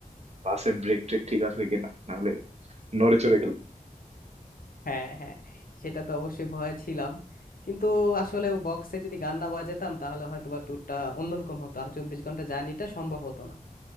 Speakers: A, on the right; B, on the left.
A: বাসের ব্রেক ট্রেক ঠিক আছে কিনা নাহলে নড়ে চড়ে গেল
B: হ্যাঁ হ্যাঁ সেটা তো অবশ্যই ভয় ছিলাম কিন্তু আসলে ও বক্সে যদি গান না বাজাতাম তাহলে হয়তো বা ট্যুরটা অন্যরকম হতো আর চব্বিশ ঘন্টা জার্নিটা সম্ভব হতো না